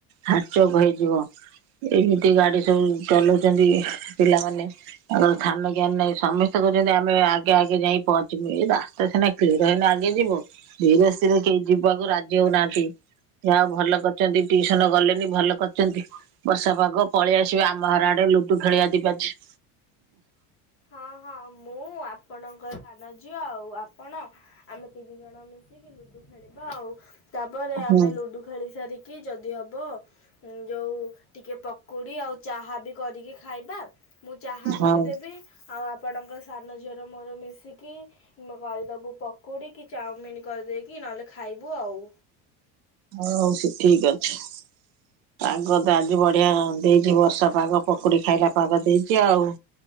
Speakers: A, on the right; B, on the left.
A: ହାଡଚୋକ ହେଇଯିବ ଏମିତି ଗାଡି ସବୁ ଚଲଉଚନ୍ତି ପିଲାମାନେ। ତାଙ୍କର ଥାନ ଜ୍ଞାନ ନାଇଁ ସମସ୍ତେ କହୁଛନ୍ତି ଆମେ ଆଗେ ଆଗେ ଯାଇ ପହଞ୍ଚିବୁ। ଏଇ ରାସ୍ତା ସିନା ତୁତ ଏଇନା ଆଗେ ଯିବୁ। ରାସ୍ତାରେ କେହି ଯିବାକୁ ରାଜି ହୋଉନାହାନ୍ତି। ଯାହା ଭଲ କରିଚନ୍ତି ଟ୍ୟୁସନ ଗଲେନି ଭଲ କରିଚନ୍ତି। ବର୍ଷା ପାଗ ପଳେଇ ଆସିବା ଆମ ଘର ଆଡେ ଲୁଡୁ ଖେଳିବା ଦି ବାଜି।
B: ହଁ ହଁ ମୁଁ ଆପଣଙ୍କ ସାନ ଝିଅ ଆଉ ଆପଣ ଆମେ ତିନି ଜଣ ମିଶିକି ଲୁଡୁ ଖେଳିବା ଆଉ ତାପରେ
A: ହୁଁ
B: ଆମେ ଲୁଡୁ ଖେଳି ସାରିକି ଯଦି ହବ ଯୋଉ ଟିକିଏ ପକୁଡ଼ି ଆଉ ଚାହା ବି କରିକି ଖାଇବା। ମୁଁ ଚାହା କରିଦେବି
A: ହଉ।
B: ଆଉ ଆପଣଙ୍କ ସାନ ଝିଅର ମୋର ମିଶିକି ନହଲେ କରିଦବୁ ପକୁଡ଼ି କି ଚାଓମିିନ କରିଦେଇକି ନହେଲେ ଖାଇବୁ ଆଉ।
A: ହଁ ହୋଉଛି ଠିକ୍ ଅଛି। ପାଗ ତ ଆଜି ବଢିଆ ଦେଇଛି ବର୍ଷା ପାଗ ପକୁଡି ଖାଇଲା ପାଗ ଦେଇଛି ଆଉ।